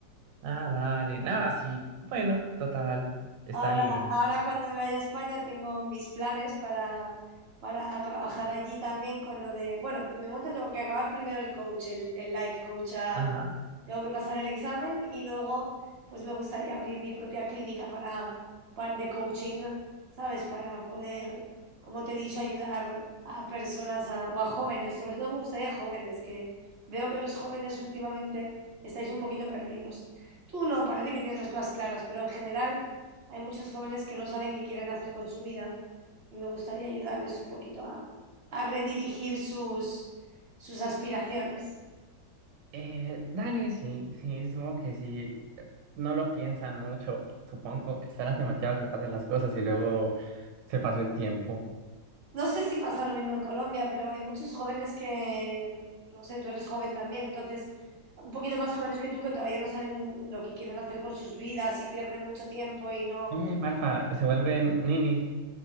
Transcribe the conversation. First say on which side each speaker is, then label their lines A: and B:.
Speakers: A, on the right; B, on the right.
A: Ah, dale. Nada, sí. Bueno, total, está
B: Ahora,
A: bien.
B: ahora cuando me vaya a España tengo mis planes para, para trabajar allí también con lo de, bueno, de momento tengo que acabar primero el coach, el, el life coach, ah,
A: Ajá.
B: tengo que pasar el examen y luego pues me gustaría abrir mi propia clínica para, para- de coaching, ¿sabes? Para poder, como te he dicho, ayudar a personas a- o a jóvenes, sobre todo me gustaría jóvenes, que veo que los jóvenes últimamente estáis un poquito perdidos. Tú no, parece que tienes las cosas claras, pero en general hay muchos jóvenes que no saben qué quieren hacer con su vida y me gustaría ayudarles un poquito a, a redirigir sus, sus aspiraciones.
A: Eh, dale, sí, sí, supongo que sí. eh, No lo piensan mucho, supongo. Esperan demasiado que pasen las cosas y luego se pasó el tiempo.
B: No sé si pasa lo mismo en Colombia, pero hay muchos jóvenes que, no sé, tú eres joven también, entonces un poquito más jóvenes que tú que todavía no saben lo que quieren hacer con sus vidas y pierden mucho tiempo y no...
A: Eh, Malfa, se vuelven ninis.